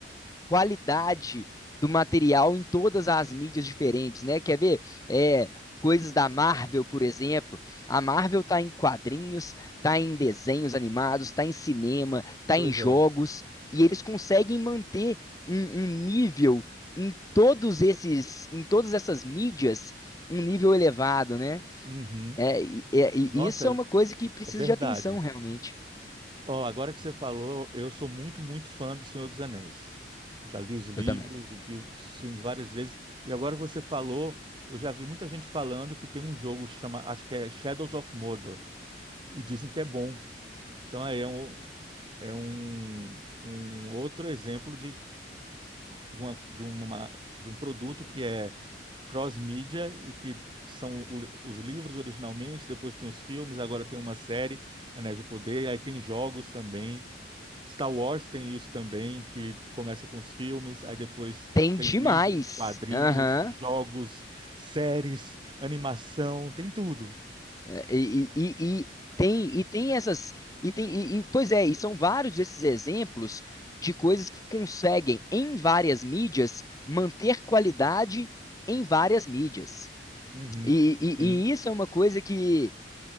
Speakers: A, on the left (about 20°); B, on the right (about 25°).
A: qualidade do material em todas as mídias diferentes, né? Quer ver? É, coisas da Marvel, por exemplo. A Marvel tá em quadrinhos, tá em desenhos animados, tá em cinema, tá
B: Pois
A: em jogos,
B: é.
A: e eles conseguem manter um, um nível em todos esses, em todas essas mídias, um nível elevado, né?
B: Uhum.
A: É, e, é, e
B: Nossa,
A: isso é uma
B: é
A: coisa que precisa
B: é verdade.
A: de atenção, realmente.
B: Ó, agora que você falou, eu sou muito, muito fã do Senhor dos Anéis. Já li os livros
A: Eu também.
B: e vi os filmes várias vezes. E agora que você falou, eu já vi muita gente falando que tem um jogo que chama, acho que é Shadows of Mordor, e dizem que é bom. Então aí é um, é um, um outro exemplo de, de, uma, de, uma, de um produto que é cross-mídia e que são o- os livros originalmente, depois tem os filmes, agora tem uma série, Anéis do Poder, aí tem jogos também. Star Wars tem isso também, que começa com os filmes, aí depois
A: Tem
B: tem
A: demais.
B: livros, quadrinhos,
A: Aham.
B: jogos, séries, animação, tem tudo.
A: É, E, e, e- e tem, e tem essas. E tem, e, e- pois é, e são vários esses exemplos de coisas que conseguem, em várias mídias, manter qualidade em várias mídias.
B: Uhum,
A: E, e,
B: sim,
A: e isso é uma coisa que